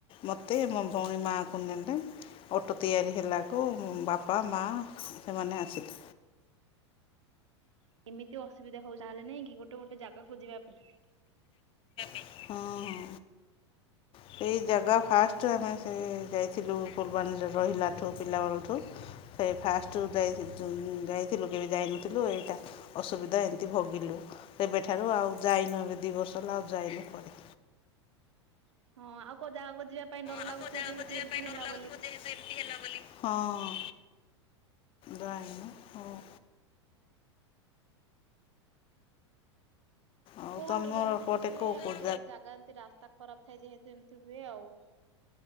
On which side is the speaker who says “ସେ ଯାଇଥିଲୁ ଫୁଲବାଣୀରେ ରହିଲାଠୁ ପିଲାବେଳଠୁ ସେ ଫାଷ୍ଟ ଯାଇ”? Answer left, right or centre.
Left